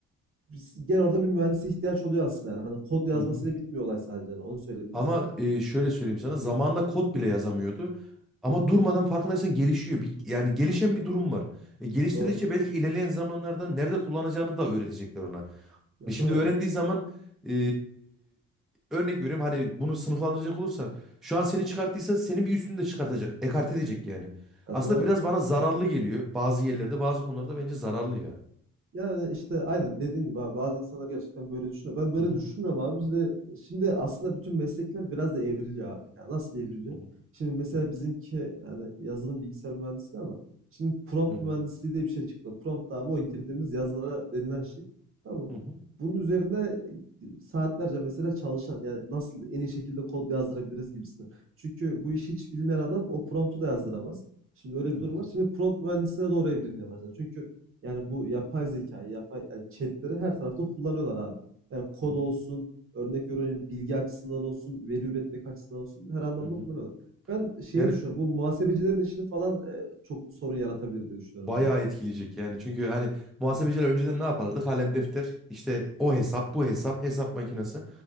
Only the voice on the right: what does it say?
biz- gene orada bir mühendise ihtiyaç oluyor aslında yani. Hani kod yazmasıyla
bitmiyor olay sadece. Yani Onu söyleyeyim ben
sana.
Tabii ki.
Doğru.
Ya
doğru.
Ya
doğru.
Yani, işte, aynen dediğin gibi abi bazı insanlar gerçekten böyle düşünüyor. Ben böyle
düşünmüyorum abi. Şimdi şimdi aslında bütün meslekler biraz da evriliyor abi. Ya, nasıl evriliyor?
Şimdi mesela bizimki, yani, yazılım bilgisayar mühendisliği ama şimdi prompt
mühendisliği diye bir şey çıktı. Prompt abi o girdiğimiz yazılara denilen şey. Tamam mı?
Bunun üzerine e, saatlerce mesela çalışan, yani, nasıl en iyi şekilde kod yazdırabiliriz gibisinden. Çünkü bu işi hiç bilmeyen adam o prompt'u da yazdıramaz. Şimdi öyle bir
durum var. Şimdi prompt mühendisliğine doğru evrilmeye başladı. Çünkü yani bu yapay zekayı, yapay yani chat'leri her tarafta kullanıyorlar abi. Yani kod
olsun, örnek veriyorum bilgi açısından olsun, veri üretmek açısından olsun her anlamda
kullanıyorlar. Ben şeyi
düşünüyorum. Bu muhasebecilerin işini falan e, çok sorun yaratabilir diye düşünüyorum
abi.